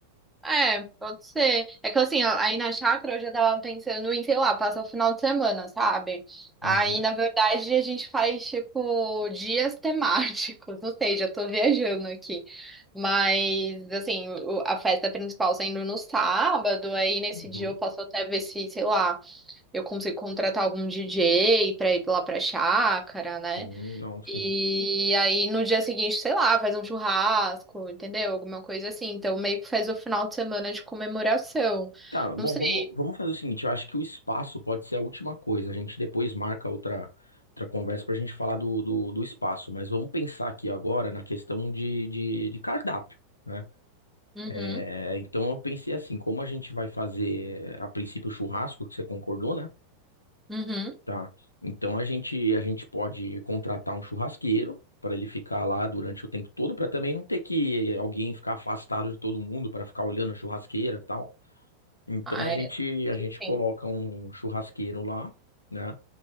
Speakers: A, in the centre; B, on the left.
A: É, pode ser. É que assim, ó, aí na chácara eu já tava pensando em, sei lá, passar o final de semana, sabe? Aí,
B: Uhum,
A: na verdade, a gente faz, tipo, dias temáticos. <laughs> Não sei, já tô viajando aqui. Mas, assim, o- a festa principal sendo no sábado, aí nesse
B: uhum.
A: dia eu posso até ver se, sei lá, eu consigo contratar algum DJ pra ir lá pra chácara, né?
B: Sim, não, sim.
A: E aí no dia seguinte, sei lá, faz um churrasco, entendeu? Alguma coisa assim. Então meio que faz o final de semana de comemoração.
B: Tá, bom,
A: Não sei.
B: vamos, vamos fazer o seguinte, eu acho que o espaço pode ser a última coisa. A gente depois marca outra, outra conversa pra gente falar do, do, do espaço, mas vamos pensar aqui agora na questão de, de, de cardápio, né?
A: Uhum,
B: É, então eu pensei assim, como a gente vai fazer a princípio o churrasco, que você concordou, né?
A: uhum.
B: Tá. Então a gente, a gente pode contratar um churrasqueiro para ele ficar lá durante o tempo todo, para também não ter que alguém ficar afastado de todo mundo para ficar olhando a churrasqueira e tal. Então
A: Ah,
B: a gente
A: é.
B: a gente
A: Sim.
B: coloca um churrasqueiro lá, né?